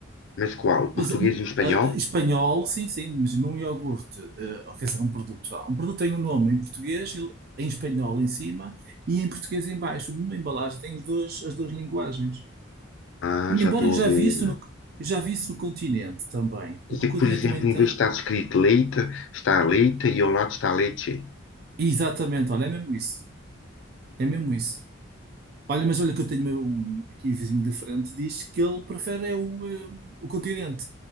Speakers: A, on the left; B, on the right.
A: Mas qual? O
B: Mas
A: português
B: hum,
A: e o espanhol?
B: a- espanhol, sim, sim, mas num iogurte, eh, ou quer dizer, um produto, sei lá, um produto tem um nome em português, e em espanhol em cima e em português em baixo. Uma embalagem tem os dois, as duas linguagens.
A: Ah,
B: E, Embora
A: já estou
B: eu já
A: a ver.
B: vi isso no, eu já vi isso no continente também,
A: Quer
B: porque
A: dizer
B: o
A: que,
B: continente
A: por exemplo,
B: também
A: em
B: tem.
A: vez de estar escrito leite, está leite e ao lado está leite.
B: Exatamente, olha, é mesmo isso. É mesmo isso. Olha, mas olha que eu tenho meu- um, aqui vizinho de frente, diz que ele prefere é o, eh, o continente,